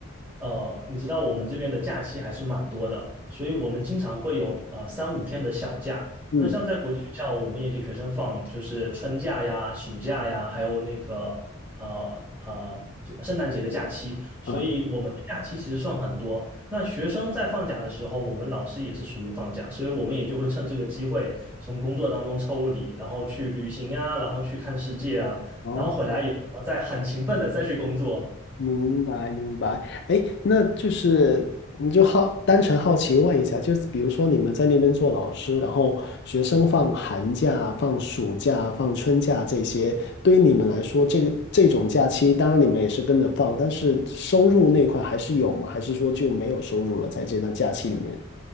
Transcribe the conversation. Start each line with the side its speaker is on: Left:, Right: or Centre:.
Right: 呃，你知道我们这边的假期还是蛮多的，所以我们经常会有呃三五天的小假。
Left: 嗯
Right: 那像在国际学校，我们也给学生放就是春假呀、暑假呀，还有那个呃呃圣诞节的假期。所以我们的假期其实算很多。
Left: 啊，
Right: 那学生在放假的时候，我们老师也是属于放假，所以我们也就会趁这个机会从工作当中抽离，然后去旅行呀，然后去看世界啊，
Left: 哦。
Right: 然后回来以后再很勤奋的再去工作，
Left: 明白明白，哎，那就是你就好单纯好奇问一下，就是比如说你们在那边做老师，然后学生放寒假、放暑假、放春假这些，对于你们来说，这个这种假期，当然你们也是跟着放，但是收入那块还是有吗？还是说就没有收入了，在这段假期里面？